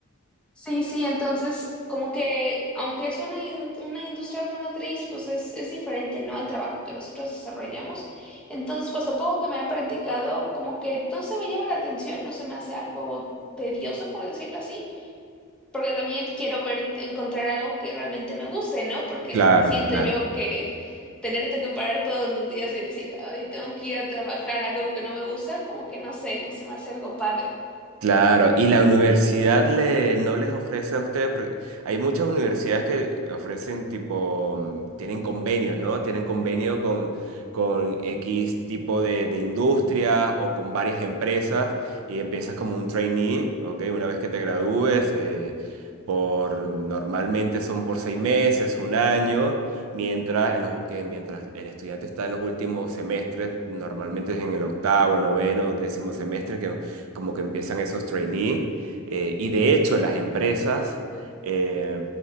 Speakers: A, in the centre; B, on the right.
A: Sí, sí, entonces como que aunque es una, in- una industria automotriz, pues es, es diferente, ¿no? El trabajo que nosotros desarrollamos. Entonces, pues lo poco que me han practicado, como que no se me llama la atención, no se me hace algo tedioso, por decirlo así. porque también quiero ver, encontrar algo que realmente me guste, ¿no? Porque
B: Claro,
A: siento
B: claro,
A: yo que tenerte que parar todos los días y decir, ay, tengo que ir a trabajar algo que no me gusta, como que no sé, no se me hace algo padre.
B: claro. Y la universidad le, no les ofrece a ustedes, porque hay muchas universidades que ofrecen tipo, mm, tienen convenios, ¿no? Tienen convenio con, con X tipo de, de industria o con varias empresas y empiezas como un trainee, ¿ok? Una vez que te gradúes, eh, por, normalmente son por seis meses, un año. Mientras, en los- que mientras el estudiante está en los últimos semestres, normalmente es en el octavo, noveno, décimo semestre, que como que empiezan esos trainees. eh, y de hecho, las empresas, eh,